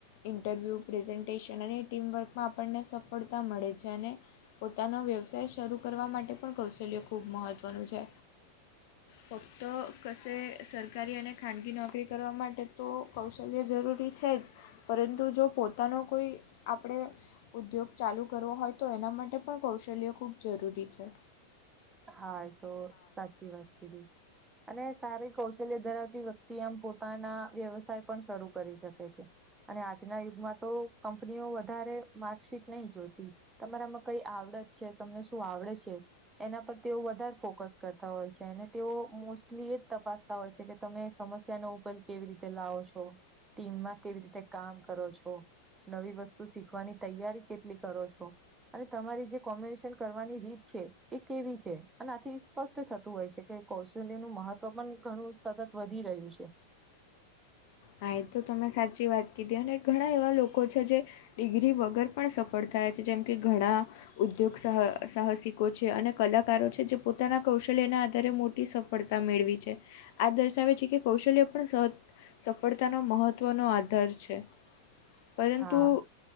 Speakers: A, on the left; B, on the right.
A: ઇન્ટરવ્યૂ પ્રેઝન્ટેશન અને એ ટીમવર્કમાં આપણને સફળતા મળે છે અને પોતાનો વ્યવસાય શરૂ કરવા માટે પણ કૌશલ્ય ખૂબ મહત્ત્વનું છે
B: હમ્મ
A: ફક્ત કશે સરકારી અને ખાનગી નોકરી કરવા માટે તો કૌશલ્ય જરૂરી છે જ પરંતુ જો પોતાનો કોઈ આપણે ઉદ્યોગ ચાલુ કરવો હોય તો એના માટે પણ કૌશલ્ય ખૂબ જરૂરી છે
B: હા તો સાચી વાત કીધી અને સારી કૌશલ્ય ધરાવતી વ્યક્તિ એમ પોતાના વ્યવસાય પણ શરૂ કરી શકે છે અને આજના યુગમાં તો કંપનીઓ વધારે માર્કશીટ નહી જોતી તમારામાં કઈ આવડત છે તમને શું આવડે છે એના પર તેઓ વધારે ફોકસ કરતા હોય છે અને તેઓ મોસ્ટલી એ જ તપાસતા હોય છે કે તમે સમસ્યા નો ઉકેલ કેવી રીતે લાવો છો ટીમમાં કેવી રીતે કામ કરો છો નવી વસ્તુ શીખવાની તૈયારી કેટલી કરો છો અને તમારી જે કોમ્બિનેશન કરવાની રીત છે એ કેવી છે અને આથી સ્પષ્ટ થતું હોય છે કે કૌશલ્ય નું મહત્વ પણ ઘણું સતત વધી રહ્યું છે
A: હા એ તો તમે સાચી વાત કીધી અને ઘણા એવા લોકો છે જે ડિગ્રી વગર પણ સફળ થાય છે જેમ કે ઘણા ઉદ્યોગહ સાહસિકો છે અને કલાકારો છે જે પોતાના કૌશલ્ય ના આધારે સફળતા મેળવી છે આ દર્શાવે છે કે કૌશલ્ય પણ સ સફળતાનો મહત્ત્વનો આધાર છે પરંતુ
B: હા